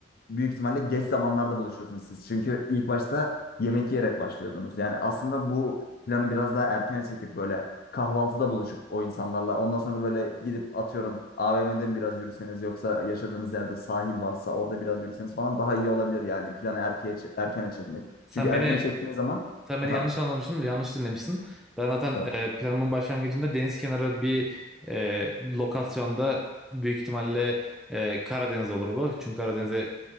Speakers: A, on the left; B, in the centre.
A: büyük ihtimalle geç zamanlarda buluşuyorsunuz siz. Çünkü ilk başta yemek yiyerek başlıyordunuz. Yani aslında bu planı biraz daha erkene çekip böyle kahvaltıda buluşup o insanlarla ondan sonra da böyle gidip atıyorum AVM'de mi biraz yürüseniz yoksa yaşadığınız yerde sahil varsa orada biraz yürüseniz falan daha iyi olabilir yani planı erkeğe, çe- erkene çekmek.
B: Sen
A: Çünkü erkene
B: beni
A: çektiğin zaman
B: sen beni
A: efendim
B: yanlış anlamışsın, yanlış dinlemişsin. Ben zaten
A: evet
B: e, planımın başlangıcında deniz kenarı bir e, lokasyonda büyük ihtimalle e, Karadeniz olur bu. Çünkü Karadeniz'e